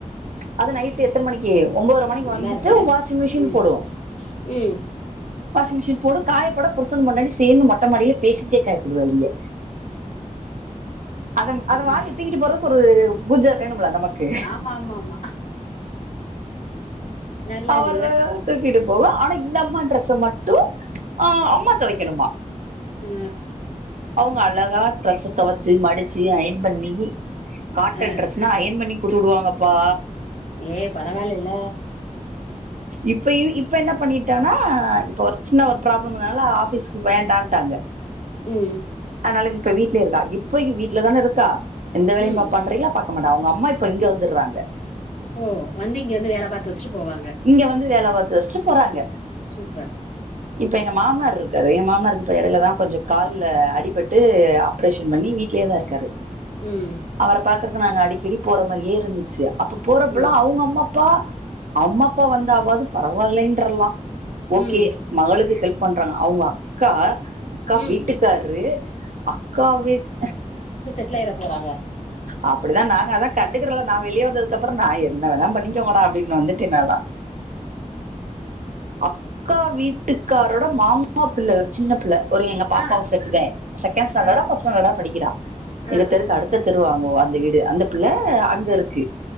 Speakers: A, on the right (about 75°); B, on the left (about 60°).
A: அது நைட் ட்டு எத்தன் மணிக்கி ஒம்போர மணிக்கு
B: நல்லா
A: வந்துட்டு
B: இருக்குல்ல
A: வாஷிங் மிஷினு
B: ம்
A: போடு
B: ம்
A: வாஷிங் மிஷின் போடு காயப்போட புருசனும் பொண்டாட்டியு சேந்து மொட்ட மாடில பேசிக்கிட்டே காயப்போடுவாய்ங்க அதம் அத வாலி
B: ம்
A: தூக்கிட்டு போறதுக்கு ஒரு குஜ வேணும்ல அந்தம்மாக் கு
B: ஆமா ஆமா ஆமா நல்லதுல்ல
A: அவர்கள் தூக்கிட்டு போவே ஆனா இந்தம்மா டிரெஸ்ச மட்டு ஆ அம்மா தொவைக்கணுமா
B: ஆ
A: அவுங்க அழகா டிரஸ்சத் தொவச்சி மடிச் சி அயன் பண்ணி காட்டன்
B: ஆ
A: ட்ரெஸ்னா அயன் பண்ணி குடுத்துடுவாங்கப்பா
B: ஏ பரவால இல்ல
A: இப்ப வ் இப்ப என்னப் பண்ணிட்டனா இப்ப ஒரு சின்ன ஒரு ப்ராப்ளம்னால ஆபீஸ்க்கு வேண் டான்ட்டாங்க
B: ம்
A: அதனால இப்ப வீட்லே இருக்கா இப்பைகி வீட்லதானே இருக்கா எந்த வேலையும்
B: ம்
A: பாப்பான்றீங்ளா பாக்க மாட்டா அவுங்க அம்மா இப்ப இங்க வந்துர்றாங்க
B: ஓ வந்து இங்க வந்து வேல பாத்து வச்ட்டு போவாங்க
A: இங்க வந்து வேல பாத் து வச்ட்டு போறாங்க
B: சூப்பர்
A: இப்ப எங்க மாம்னார் ருக்காரு எம் மாம்னாருக்கு டயடு இல்லதா கொஞ்ச கால்ல அடிபட்டு ஆப்ரேஷன் பண்ணி வீட்லியேதாருக் கரு
B: ம்
A: அவரப் பாக்கறது நாங்க அடிக்கடிப் போற மாரியே இருந்துச்சு அப்ப போறப்பல்லா
B: ம்
A: அவுங்க அம்மா அப்பா அம்மா அப்பா வந்தாவாது பரவால்லைன்றல்லா ஓகே
B: ம்
A: மகளுக்கு செல்ப் பண்றாங்க அவுங்கக் க்கா அக்கா
B: ம்
A: வீட்டுக்கார்ரு அக்கா வீட்
B: ட்ல எறப் போறாங்க
A: அப்டிதா நாங்க அதா கண்டுக்கறல நா வெளிய வந்ததுக்கப்பறோ நா என்ன வேணாம் பண்ணிகோங்கடா அப்டின் வந்துட்ட நாலா அக்கா வீட்டுக்காரோட மாமா பிள்ள ஒரு சின்ன பிள்ள ஒரு எங்க பாப்பாவ
B: ஆ
A: செட்டுதே செகண்ட் ஸ்டாண்டர்டா
B: ஆ
A: பர்ஸ்ட் ஸ்டாண்டர்டா படிக்கிறா எங்க
B: ஆ
A: தெருக்கு அடுத் த்த தெருவாங்கோ அந்த வீடு அந்தப் பிள்ள அங்க இருக்கு